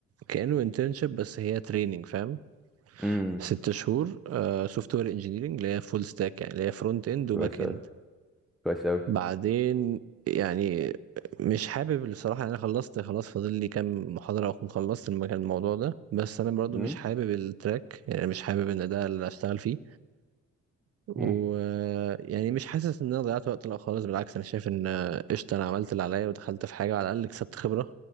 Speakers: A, on the right; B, in the centre.
A: كأنه انترنشيب بس هي تريننج فاهم
B: امم.
A: ست شهور سوفت وير انجينيرنج اللي هي فول ستاك يعني اللي هي فرونت اند
B: كويس
A: وباك اند
B: أوي كويس أوي
A: بعدين يعني مش حابب الصراحة أنا خلصت خلاص فاضل لي كام محاضرة وأكون خلصت الم- الموضوع ده بس أنا برضو
B: مم.
A: مش حابب التراك يعني مش حابب إن ده اللي أشتغل فيه ويعني
B: مم.
A: مش حاسس إن أنا ضيعت وقت لا خالص بالعكس أنا شايف إن آه، قشطة أنا عملت اللي عليا ودخلت في حاجة على الأقل كسبت خبرة